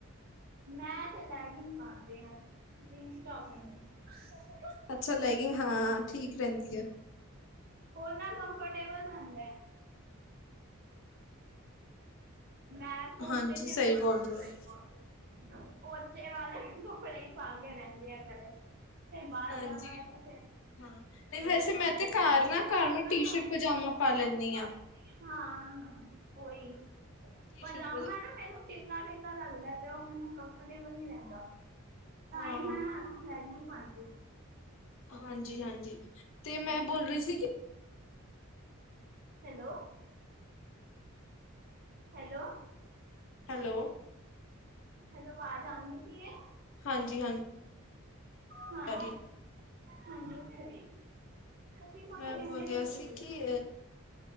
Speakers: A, on the right; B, on the left.
A: ਮੈਂ ਤੇ ਲੈਗੀ ਪਾਂਦੀ ਆਂ। ਜੀਨਸ ਟੋਪ ਵੀ ਨੀ <unintelligible>
B: ਅੱਛਾ ਲੈਗਿੰਗ ਹਾਂ ਠੀਕ ਰਹਿੰਦੀ ਹੈ।
A: ਓ ਨਾ ਕੰਮਫਰਟੇਵਲ ਰਹਿਦਾ। ਮੈਂ <unintelligible> ਸੀ
B: ਹਾਂਜੀ ਸਹੀ ਬੋਲ ਰਹੇ ਹੋ।
A: ਗੱਲ ਐ। ਪੋਚੇ ਵਾਲੇ ਕੱਪੜੇ <unintelligible> <unintelligible> <unintelligible> ਵੇਸੇ ਮੈ
B: ਹਾਂਜੀ ਹਾਂ ਨਹੀਂ ਵੈਸੇ
A: ਵੀ ਘਰ
B: ਮੈਂ ਤੇ ਨਾ ਮੈਂ
A: ਨਾ
B: ਟੀ ਸ਼ਰਟ ਪਜਾਮਾ
A: ਟੀ ਸਰਟ
B: ਪਾ
A: ਪਜਾਮਾ
B: ਲੈਂਦੀ
A: ਪਾ
B: ਹਾਂ।
A: ਲੇਨੀ ਆ। ਹਾਂ-ਹਾਂ, ਓਈ
B: ਟੀ
A: ਪਜਾਮਾ
B: ਸ਼ਰਟ
A: ਨਾ ਮੈਨੂੰ ਢਿੱਲਾ ਢਿੱਲਾ ਲੱਗਦਾ ਤੇ ਓ ਮੈਨੂੰ ਕੰਫਟੇਬਲ ਨੀ ਰੈਂਦਾ। ਤਾਂਈ
B: ਹਾਂ
A: ਮੈਂ ਲੈਗਿਂਗ ਪਾਂਦੀ।
B: ਹਾਂਜੀ-ਹਾਂਜੀ ਤੇ ਮੈਂ ਬੋਲ ਰੀ ਸੀ ਕਿ
A: ਹੈਲੋ। ਹੈਲੋ।
B: ਹੈਲੋ।
A: ਹੈਲੋ, ਵਾਜ ਆਦੀ ਪਈ ਐ।
B: ਹਾਂਜੀ-ਹਾਂਜੀ
A: ਹਾਂ
B: <unintelligible>
A: ਹਾਂਜੀ, ਤੁਸੀਂ ਕੁਛ
B: ਮੈਂ
A: ਕਹਿੰਦੇ
B: ਬੋਲਿਆ
A: ਸੀ ਜੀ।
B: ਕਿ